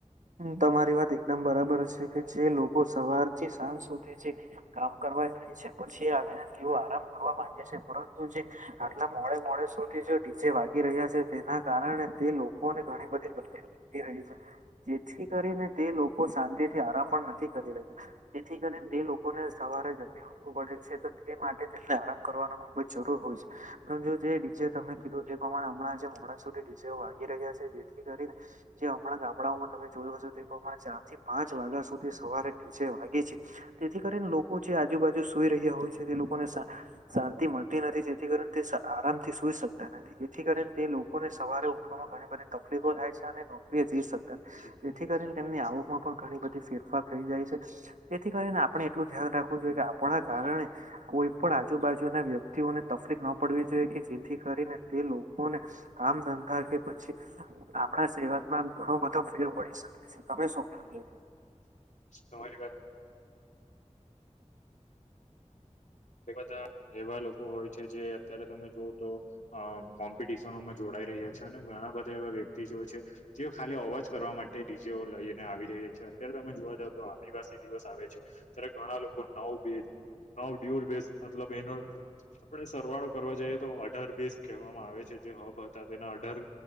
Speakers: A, on the right (about 85°); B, on the left (about 75°).
A: હમ તમારી વાત એકદમ બરાબર છે કે જે લોકો સવાર થી સાંજ સુધી છે. કામ કરવા રઈ છે પછી. આવીને તેઓ આરામ કરવા માંગે છે પરંતુ જે આટલા મોડે-મોડે સુધી જે ડીજે વાગી રહ્યા છે તેના કારણે તે લોકોને ઘણી બધી તકલીફો રહી છે જેથી કરીને તે લોકો શાંતિ થી આરામ પણ નથી કરી રહ્યા. તેથી કરી એ લોકોને સવારે જ પડે છે તો તે માટે તેમને આરામ કરવાનું ખુબ જ જરૂર હોય છે. પરંતુ જે ડીજે તમે કીધું એ પ્રમાણે હમણાં જે મોડા સુધી જે વાગી રહ્યા છે જેથી કરીને. જે હમણાં ગામડાઓમાં તમે જોયું હશે તે પ્રમાણે ચાર થી પાંચ વાગ્યા સુધી સવારે ડીજે વાગે છે. તેથી કરીને લોકો જે આજુ-બાજુ સુઈ રહ્યા હોય છે તે લોકોને શાંતિ મળતી નથી જેથી કરી તે આરામ થી સુઈ શકતા નથી. જેથી કરીને તે લોકોને સવારે ઉઠવામાં ઘણી બધી તકલીફો થાય છે અને તેથી
B: શીખવું
A: કરીને
B: બરાબર
A: તેમની
B: આગ
A: આવકમાં પણ ઘણી બધી ફેરફાર થઈ જાય છે તેથી કરીને આપણે એટલું ધ્યાન રાખવું જોઈએ કે આપણા કારણે કોઈ પણ આજુ-બાજુના વ્યક્તિઓને તકલીફ ન પડવી જોઈએ કે જેથી કરીને તે લોકોને કામ ધંધા કે પછી આપણા સેવા ઘણો બધો ફેર વી શકે છે તમે શું કેઉ?
B: તમારી વાત એ બધા એવા લોકો હોય છે જે અત્યારે તમે જોવ તો અ કોમ્પિડિશનોમાં જોડાઈ રહ્યા છે અને ઘણા બધા એવા વ્યક્તિ જેવા છે. જે ખાલી અવાજ કરવા માટે ડિજેઓ લઈને આવી રહ્યા છે અત્યારે તમે જોવા જાવ તો આદિવાસી દિવસ આવે છે ત્યારે ઘણા લોકો નવ-બે... યુ આર બેસ્ટ મતલબ એનો આપણે સરવાળો કરવા જઈએ તો અઢાર-બીસ કહેવામાં આવે છે જે હબ હતા તેના અઢાર